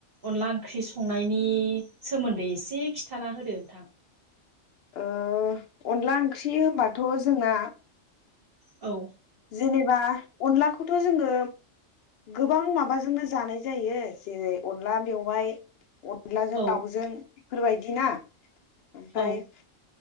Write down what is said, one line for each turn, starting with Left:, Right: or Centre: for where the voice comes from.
Right: अनला ओंख्रि संनायनि सोमोन्दै एसे खि खिथाना होदो नोंथां।
Left: ओ अनला ओंख्रि होनबाथ' जोंना
Right: औ
Left: जेनेबा अनलाखौथ' जोङो गोबां माबाजोंनो जानाय जायो जेरै अनला मेवाइ अनलाजों
Right: औ
Left: दाउजों बेफोरबायदि ना ओमफ्राय
Right: औ